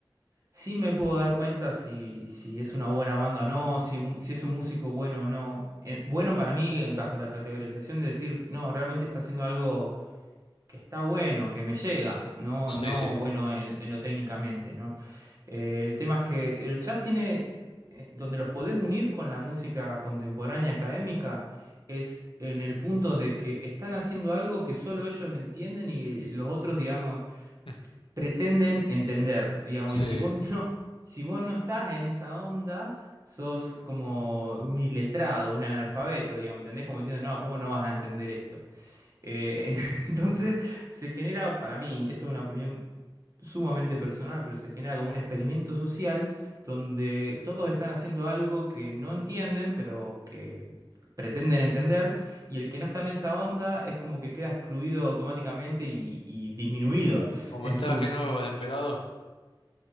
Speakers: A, on the right; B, on the left.
A: sí me puedo dar cuenta si, si es una buena banda o no, si, un- si es un músico bueno o no. Eh, Bueno para mí, eh, bajo la categorización de decir, no, realmente está haciendo algo que está bueno, que me llega, no,
B: Sí,
A: no
B: sí.
A: bueno en, en lo técnicamente, ¿no? Eh, el tema es que el jazz tiene, eh, donde los podés unir con la música contemporánea académica, es en el punto de que están haciendo algo que solo ellos entienden y los otros, digamos,
B: <laughs>
A: pretenden entender, digamos,
B: Sí,
A: y si vos no, <laughs> si vos no estás en esa onda, sos como un iletrado, un analfabeto, digamos, ¿entendés? Como diciendo, no, ¿cómo no vas a entender esto? Eh, <laughs> entonces se genera, para mí, esto es una opinión sumamente personal, pero se genera como un experimento social donde todos están haciendo algo que no entienden, pero que pretenden entender, y el que no está en esa onda es como que queda excluido automáticamente y, y disminuido
B: como
A: en
B: el traje
A: sus...
B: nuevo del emperador,